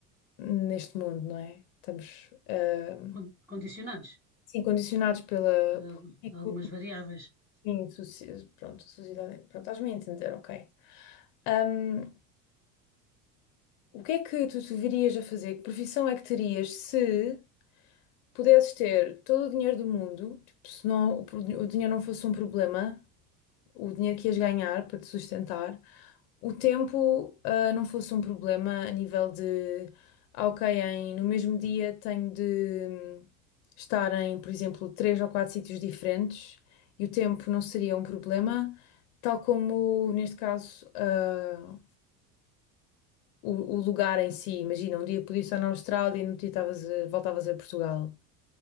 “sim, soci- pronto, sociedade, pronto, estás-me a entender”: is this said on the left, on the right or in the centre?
Left